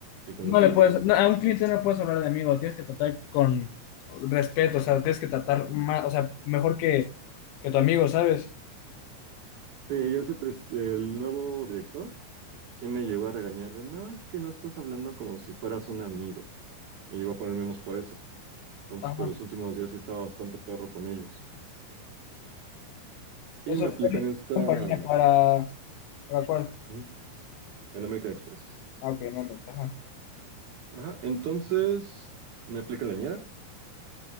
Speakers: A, on the right (about 60°); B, on the left (about 90°).
A: y con
B: No
A: los
B: le
A: gringos.
B: puedes, no, a un cliente no puedes hablar de amigo, tienes que tratar con respeto, o sea, tienes que tratar más, o sea, mejor que, que tu amigo, ¿sabes?
A: Sí, y ese pres- el nuevo director sí me llegó a regañar de, no, es que no estás hablando como si fueras un amigo. Me llegó a poner menos por eso. Entonces,
B: Ajá.
A: por los últimos días sí estaba bastante perro con ellos.
B: Eso
A: Y me
B: fue
A: aplican esta
B: compañía para, ¿para cuál?
A: ¿Mm? en American Express.
B: Ah, ok, no, no, pues, ajá.
A: Ajá, entonces me aplican la ñera